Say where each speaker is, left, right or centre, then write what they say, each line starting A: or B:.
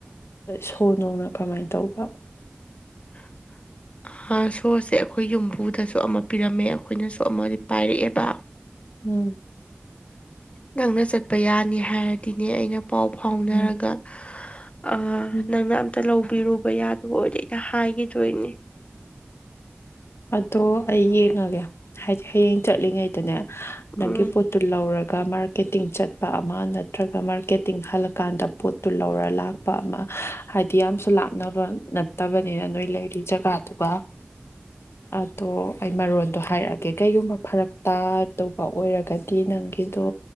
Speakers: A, on the left; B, on the left.
A: ꯁꯣ ꯅ‌ꯣꯡꯅ ꯀꯃꯥꯏ ꯇꯧꯕ
B: <inaudible> ꯁꯣꯁꯦ ꯑꯩꯈꯣꯏ ꯌꯨꯝꯕꯨꯗꯁꯨ ꯑꯃ ꯄꯤꯔꯝꯃꯦ ꯑꯩꯈꯣꯏꯅꯁꯨ ꯑꯃꯗꯤ ꯄꯥꯏꯔꯛꯑꯦꯕ
A: ꯎꯝ
B: ꯅꯪꯅ ꯆꯠꯄ ꯌꯥꯅꯤ ꯍꯥꯏꯔꯗꯤꯅꯦ ꯑꯩꯅ ꯄꯥꯎ ꯐꯥꯎꯅꯔꯒ
A: ꯎꯝ
B: ꯑ
A: ꯎꯝ
B: ꯅꯪꯅ ꯑꯝꯇ ꯂꯧꯕꯤꯔꯨꯕ ꯌꯥꯗ‌ꯣ ꯑꯣꯏꯗꯤ ꯑꯩꯅ ꯍꯥꯏꯒꯤꯗꯣꯏꯅꯤ
A: ꯑꯗꯣ ꯑꯩ ꯌꯦꯡꯉꯒꯦ ꯍꯥꯏꯗꯤ ꯍꯌꯦꯡ ꯆꯠꯂꯤꯉꯩꯗꯅꯦ
B: ꯎꯝ
A: ꯅꯪꯒꯤ ꯄꯣꯠꯇꯨ ꯂꯧꯔꯒ ꯃꯥꯔꯀꯦꯇꯤꯡ ꯆꯠꯄ ꯑꯃ ꯅꯠꯇ꯭ꯔꯒ ꯃꯥꯔꯀꯦꯇꯤꯡ ꯍꯜꯂꯀꯥꯟꯗ ꯄꯣꯠꯇꯨ ꯂꯧꯔ ꯂꯥꯛꯄ ꯑꯃ ꯍꯥꯏꯗꯤ ꯌꯥꯝꯁꯨ ꯂꯥꯞꯅꯕ ꯅꯠꯇꯕꯅꯤꯅ ꯅꯣꯏ ꯂꯩꯔꯤ ꯖꯒꯥꯗꯨꯒ
B: <inaudible>
A: ꯑꯗꯣ ꯑꯩ ꯃꯔꯣꯟꯗꯣ ꯍꯥꯏꯔꯛꯑꯒꯦ ꯀꯩꯒꯨꯝꯕ ꯐꯔꯛ ꯇꯥꯗꯧꯕ ꯑꯣꯏꯔꯒꯗꯤ ꯅꯪꯒꯤꯗꯣ